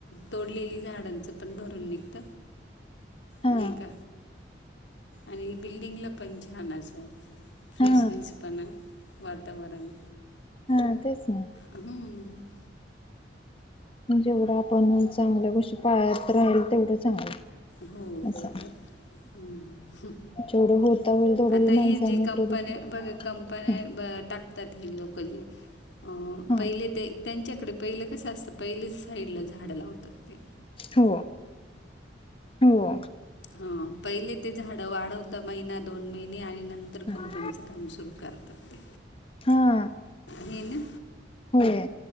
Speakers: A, on the left (about 80°); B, on the left (about 30°).
A: तोडलेली झाडांचं पण भरून निघत
B: हा
A: नाही का? आणि बिल्डिंगला पण छान अस फ्रेशनेस
B: हा
A: पणा वातावरण
B: हा तेच ना
A: हम्म.
B: जेवढं आपण चांगल्या गोष्टी पाळत राहील तेवढं चांगलं
A: हो
B: असं
A: बरोबर
B: जेवढं होता होईल तेवढं
A: आता ही
B: माणसांनी
A: जी कंपन्या
B: प्रदूषण
A: बघ. कंपन्या
B: हा
A: टाकतात लोक ही लोक जे उंम
B: हा
A: पहिले ते त्यांच्याकडे पहिलं कसं असतं पहिले साईड ला झाड लावतात ते
B: हो हो...
A: हा पहिले ते झाडं वाढवत महिना दोन महिने आणि नंतर
B: हा
A: कंपनीचं काम सुरू करतात ते
B: हा
A: हे ना.
B: होय....